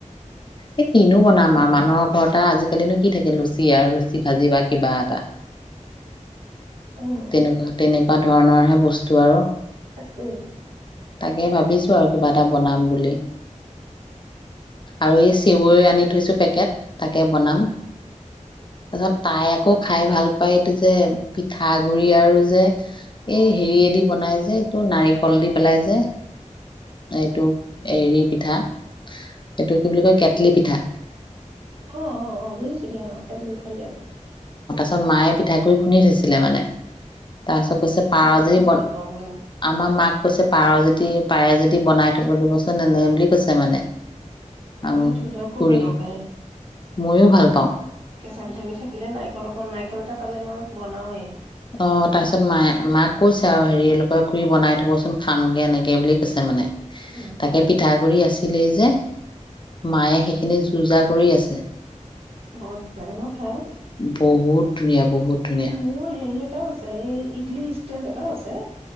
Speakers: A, on the left (about 40°); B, on the right (about 50°).
A: এই কিনো
B: অ',
A: বনাম আৰু মানুহৰ ঘৰত আজিকালি ন কি থাকে লুচি আৰু লুচি ভাজি বা কিবা এটা
B: উম,
A: তেনেকুৱা, তেনেকুৱা বা ধৰণৰ হে বস্তু আৰু
B: তাক উম
A: তাকে ভাবিছো আৰু কিবা এটা বনাম বুলি আৰু এই চেৱৈ আনি থৈছো পেকেট। তাকে বনাম
B: উম,
A: তাৰছত তাই আকৌ খাই ভাল পায় এইটো যে পিঠাগুৰি আৰু যে এই হেৰিয়েদি বনাই যে এইটো নাৰিকল দি পেলাই যে এইটো এৰী পিঠা এইটো কি বুলি কয় কেটলি পিঠা।
B: অ, অ, অ বুজিছো দিয়া অ কেই মুখন দিয়া
A: তাৰিছত মায়ে পিঠা কৰি খুন্দনি থৈছিলে মানে তাৰপিছত কৈছে
B: সেইটো
A: পাৰ
B: বহুত
A: যদি বন
B: ভাল পাওঁ মইও
A: আমাৰ মাক কৈছে পাৰ যদি পাৰে যদি বনাই থব দিবচোন এনে বুলি কৈছে মানে
B: নহ
A: আৰু
B: সেইটো পিঠাও খুব
A: খুৰী
B: ভাল পাওঁ খায়,
A: ময়ো ভাল পাওঁ
B: কেঁচা পিঠাি থাকিলে নাইিকল নাৰিকল এটা পালে মই বনাওৱেই
A: অ তাৰ
B: সেইটো
A: পিছত মায়ে মাক কৈছে আৰু হেৰিলৰ খুৰী বনাই থ কবচোন খামগে এনেকে বুলি কৈছে মানে
B: উম,
A: তাকে পিঠা যে মায়ে সেইখিনি যো যা কৰি আছে
B: বৰ লাগে ন খাই <unintelligible>
A: বহুত ধুনীয়া বহুত ধুনীয়া
B: মোৰ হেৰি এটাও আছে এই ইডলি ষ্টেণ্ড এটাও আছে